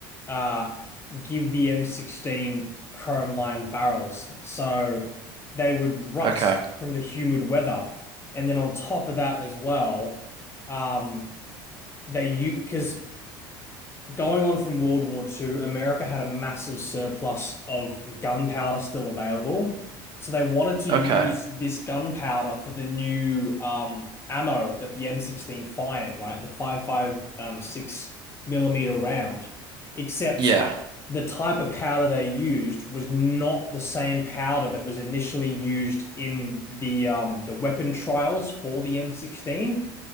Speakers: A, on the left; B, on the right.
A: uh, give the M16 chrome lined barrels so they would rust
B: okay,
A: from the humid weather. And then on top of that as well, um, they use because going on from World War Two, America had a massive surplus of gunpowder still available. So they wanted to use
B: okay.
A: this gunpowder for the new um, ammo that the M16 fired, right? The 5.56 millimeter round. Except
B: Yeah,
A: the type of powder they used was not the same powder that was initially used in the um, the weapon trials for the M16